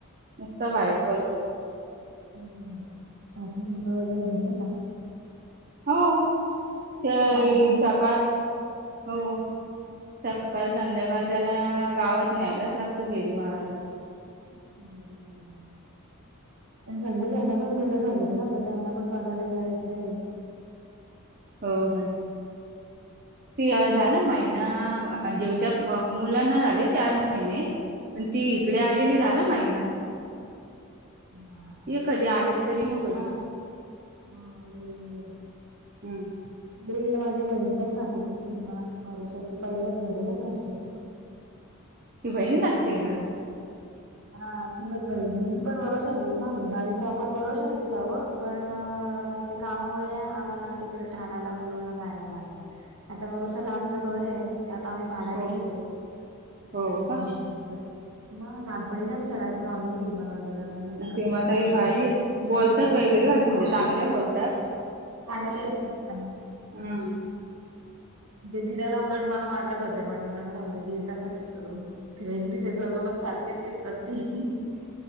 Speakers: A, on the right; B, on the right.
A: नुसता बाहेर पलतो.
B: हम्म <unintelligible> वगैरे देतो का?
A: हा त
B: राहतो
A: ई
B: ना. हम्म.
A: सकाळ हो सक सकाल संध्याकाल
B: हम्म.
A: त्याला गावात न्यायलाच लागतं फेरी माराला.
B: फेरी मारायला ते नंदुबायला पण मुलं झालीत ना त्यांना पण बघाला यायचंय.
A: हो काय. ते झाला महिना जेव त्या‌ मुलांना झाले चार महिने पण ती इकडे आलेली
B: हम्म.
A: झाला माहिना.
B: हा.
A: य
B: तेच
A: कधी आलीस तरी म घरी
B: ना. हा, येईन येईन.
A: हम्म
B: <inaudible> माझी बहीण पण राहते तिते ना वरोषाची पहिलं घर ये बघ त्यांचा
A: ती बहीण लागते का?
B: हा चुलत बहीण मी पण वरोषाचीच‌ ना म्हणजे आम्ही प्रॉपर वरोषाचीच आहोत पण हा ते का त्यामुळे आम्हाला तिकडे ठाण्याला मुलुनला जायला लागलं नाही तर वरोषाला आमचं घर आहे ते आता आम्ही भाड्याने
A: हो
B: दिलंय
A: हो
B: हम्म
A: का
B: मग पण गेम खेळायचो आम्ही सीमा वगैरे आम्ही एकत्रच
A: किंवा ताई
B: असायचो.
A: भारी बोलतात वगैरे वा
B: मग
A: म्हणजे चांगल्या बोलतात
B: चांगली आहे ती ताई
A: हम्म
B: ते धरा्याला उलट मला मागत होते पणबर आहे धीर कसा दिसतो तो. वेगलीच आहे दोघं पण सारखीच दिसतात ती